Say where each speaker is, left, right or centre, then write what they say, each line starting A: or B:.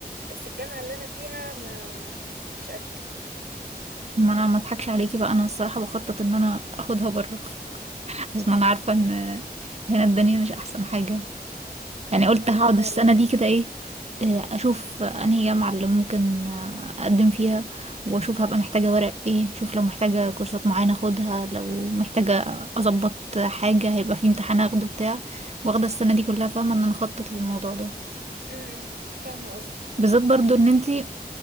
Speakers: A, on the right; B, on the right.
A: بس الجامعة اللي انا فيها ما مش قد كده
B: ما انا ما اضحكش عليكي بقى انا الصراحه بخطط ان انا اخدها بره <laughs> عشان انا عارفه ان هنا الدنيا مش احسن حاجه يعني قلت
A: ايوه
B: هقعد
A: فعلا
B: السنه دي كده ايه آه، اشوف انهي جامعه اللي ممكن آه، اقدم فيها واشوف هبقى محتاجه ورق ايه اشوف لو محتاجه كورسات معينه اخدها لو محتاجه اظبط حاجه هيبقى في امتحان اخده بتاع واخده السنه دي كلها فاهمه ان انا اخطط للموضوع ده
A: امم فاهمة قصدي
B: بالذات برضو ان انتي